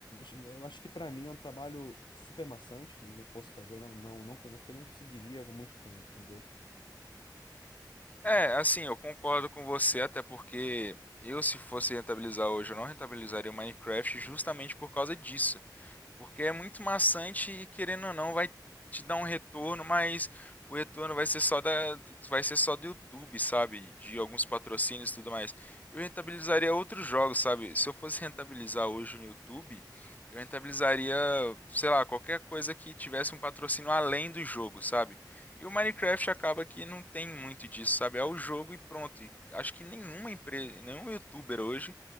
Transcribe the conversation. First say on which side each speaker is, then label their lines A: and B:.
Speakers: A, on the left; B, on the left.
A: Eu acho que pra mim é um trabalho super maçante. Se eu fosse fazer, não, não, não, acho que eu não conseguiria por muito tempo, entendeu?
B: É, assim, eu concordo com você, até porque eu, se fosse rentabilizar hoje, eu não rentabilizaria o Minecraft justamente por causa disso. Porque é muito maçante e querendo ou não vai te dar um retorno, mas o retorno vai ser só da vai ser só do YouTube, sabe? De alguns patrocínios e tudo mais. Eu rentabilizaria outros jogos, sabe? Se eu fosse rentabilizar hoje no YouTube, eu rentabilizaria, sei lá, qualquer coisa que tivesse um patrocínio além do jogo, sabe? E o Minecraft acaba que não tem muito disso, sabe? É o jogo e pronto. E acho que nenhuma empresa, nenhum youtuber hoje